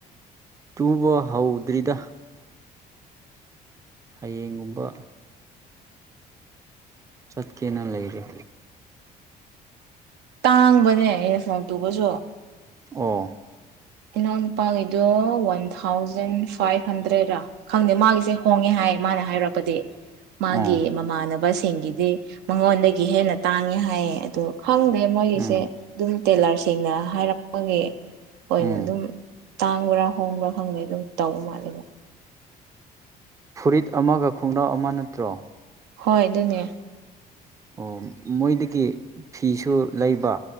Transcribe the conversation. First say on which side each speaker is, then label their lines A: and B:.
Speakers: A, on the right; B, on the right.
A: ꯇꯨꯕ ꯍꯧꯗ꯭ꯔꯤꯗ ꯍꯌꯦꯡꯒꯨꯝꯕ ꯆꯠꯀꯦꯅ ꯂꯩꯔꯤ
B: ꯇꯥꯡꯕꯅꯦ ꯌꯨꯅꯤꯐꯣꯝ ꯇꯨꯕꯁꯨ
A: ꯑꯣ
B: ꯏꯅꯥꯎꯅꯨꯄꯥꯒꯤꯗꯣ ꯋꯥꯟ ꯊꯥꯎꯖꯟ ꯐꯥꯏꯚ ꯍꯟꯗ꯭ꯔꯦꯗꯔ ꯈꯪꯗꯦ ꯃꯥꯒꯤꯁꯦ ꯍꯣꯡꯉꯦ ꯍꯥꯏ ꯃꯥꯅ ꯍꯥꯏꯔꯛꯄꯗꯤ ꯃꯥꯒꯤ
A: ꯑꯣ
B: ꯃꯃꯥꯟꯅꯕꯁꯤꯡꯒꯤꯗꯤ ꯃꯉꯣꯟꯗꯒꯤ ꯍꯦꯟꯅ ꯇꯥꯡꯉꯦ ꯍꯥꯏꯌꯦ ꯑꯗꯣ ꯈꯪꯗꯦ ꯃꯣꯏꯒꯤꯁꯦ
A: ꯎꯝ
B: ꯑꯗꯨꯝ ꯇꯦꯂꯔꯁꯤꯡꯅ ꯍꯥꯏꯔꯛꯄꯒꯤ ꯑꯣꯏꯅ
A: ꯎꯝ
B: ꯑꯗꯨꯝ ꯇꯥꯡꯕ꯭ꯔꯥ ꯍꯣꯡꯕ꯭ꯔꯥ ꯈꯪꯗꯦ ꯑꯗꯨꯝ ꯇꯧꯕ ꯃꯥꯜꯂꯦꯕ
A: ꯐꯨꯔꯤꯠ ꯑꯃꯒ ꯈꯣꯡꯒ꯭ꯔꯥꯎ ꯑꯃ ꯅꯠꯇ꯭ꯔꯣ
B: ꯍꯣꯏ ꯑꯗꯨꯅꯦ
A: ꯑꯣ ꯃꯣꯏꯗꯒꯤ ꯐꯤꯁꯨ ꯂꯩꯕ